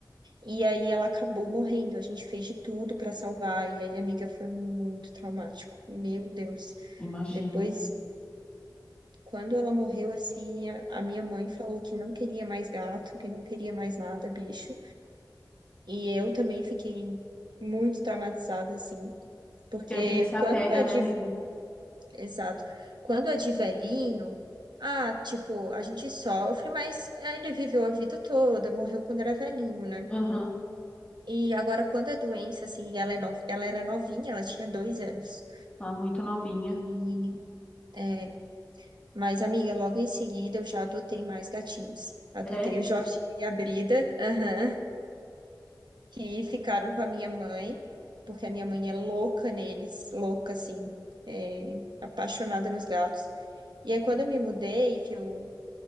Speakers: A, on the right (about 70°); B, on the left (about 15°).
A: E aí ela acabou morrendo. A gente fez de tudo para salvar. E aí, amiga, foi muito traumático. Meu Deus.
B: Imagino.
A: Depois, quando ela morreu, assim, a a minha mãe falou que não queria mais gato, que não queria mais nada, bicho. E eu também fiquei muito traumatizada, assim. Porque
B: Porque a gente se
A: quando
B: apega,
A: é
B: né,
A: de,
B: amiga?
A: exato, quando é de velhinho, ah, tipo, a gente sofre, mas ele viveu a vida toda, morreu quando era velhinho, né?
B: Aham.
A: E agora, quando a doença, assim, e ela, é nova, ela era novinha, ela tinha dois anos.
B: Lá muito novinha.
A: E, é, mas, amiga, logo em seguida eu já adotei mais gatinhos. Adotei
B: É.
A: o Jorginho e a Brida, aham, que ficaram com a minha mãe, porque a minha mãe é louca neles, louca, assim, é, apaixonada nos gatos. E aí, quando eu me mudei, que eu